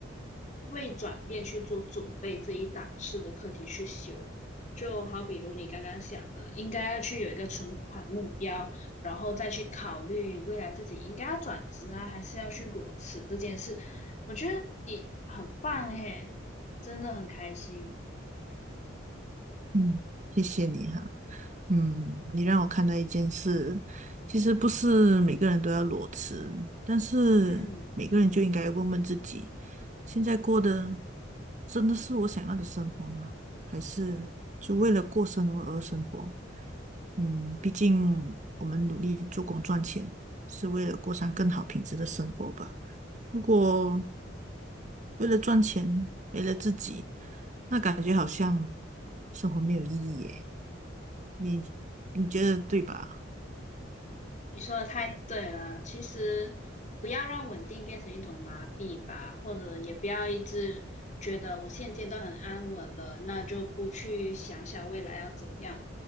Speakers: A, on the left (about 40°); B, on the right (about 40°).
A: 为转变去做准备这一档次的课题去修。就好比如你刚刚想的，应该要去有一个存款目标，然后再去考虑未来自己应该要转职啊，还是要去裸辞这件事。我觉得你很棒嘿，真的很开心。
B: 嗯，谢谢你哈。嗯，你让我看到一件事，其实不是每个人都要裸辞，但是每个人就应该问问自己，
A: 嗯。
B: 现在过的真的是我想要的生活吗？还是就为了过生活而生活？嗯，毕竟我们努力做工赚钱，是为了过上更好品质的生活吧。如果为了赚钱没了自己，那感觉好像生活没有意义耶。你你觉得对吧？
A: 你说的太对了，其实不要让稳定变成一种麻痹吧，或者也不要一直觉得我现阶段很安稳了，那就不去想想未来要怎样，